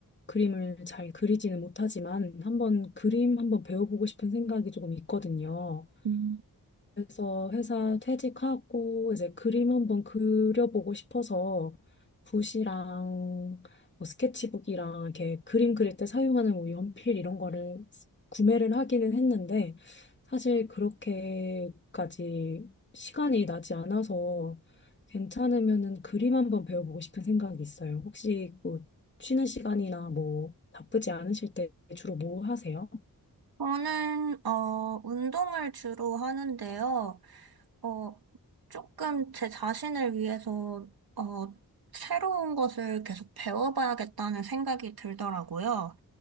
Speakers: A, on the left (about 30°); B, on the right (about 80°).
A: 그림을 잘 그리지는 못하지만 한번 그림 한번 배워보고 싶은 생각이 조금 있거든요.
B: 음.
A: 그래서 회사 퇴직하고 이제 그림 한번 그려보고 싶어서 붓이랑 뭐 스케치북이랑 이렇게 그림 그릴 때 사용하는 뭐 연필 이런 거를 구매를 하기는 했는데 사실 그렇게까지 시간이 나지 않아서 괜찮으면은 그림 한번 배워보고 싶은 생각이 있어요. 혹시 뭐 쉬는 시간이나 뭐 바쁘지 않으실 때 주로 뭐 하세요?
B: 저는, 어, 운동을 주로 하는데요. 어, 조금 제 자신을 위해서, 어, 새로운 것을 계속 배워봐야겠다는 생각이 들더라고요.